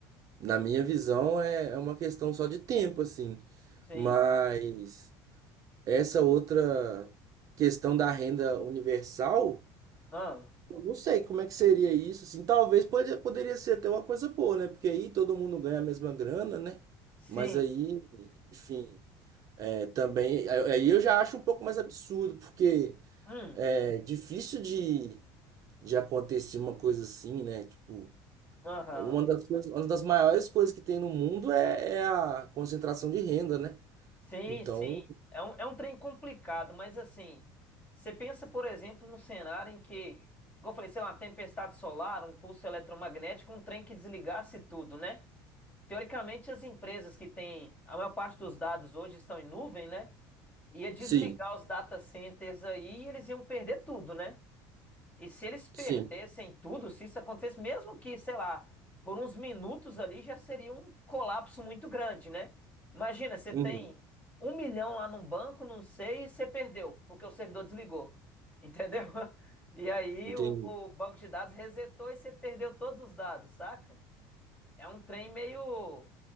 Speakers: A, on the right; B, on the left.
A: Na minha visão é, é uma questão só de tempo assim.
B: sim.
A: Mas essa outra questão da renda universal
B: Ah,
A: Eu não sei como é que seria isso, assim. Talvez pode, poderia ser até uma coisa boa, né? Porque aí todo mundo ganha a mesma grana, né?
B: sim.
A: Mas aí, enfim, é, também. Aí aí eu já acho um pouco mais absurdo, porque
B: Hum,
A: é difícil de, de acontecer uma coisa assim, né? Tipo,
B: aham.
A: uma das coisas, uma das maiores coisas que tem no mundo é, é a concentração de renda, né?
B: Sim,
A: Então,
B: sim. É um, é um trem complicado, mas assim, você pensa, por exemplo, num cenário em que, igual eu falei, sei lá, uma tempestade solar, um pulso eletromagnético, um trem que desligasse tudo, né? Teoricamente, as empresas que têm a maior parte dos dados hoje estão em nuvem, né? Ia desligar
A: sim,
B: os data centers aí e eles iam perder tudo, né? E se eles perdessem
A: sim.
B: tudo, se isso acontecesse, mesmo que, sei lá, por uns minutos ali, já seria um colapso muito grande, né? Imagina, você
A: Uhum,
B: tem um milhão lá num banco, não sei, e você perdeu, porque o servidor desligou, entendeu? <laughs> E aí
A: entendi.
B: o, o banco de dados resetou e você perdeu todos os dados, saca? É um trem meio.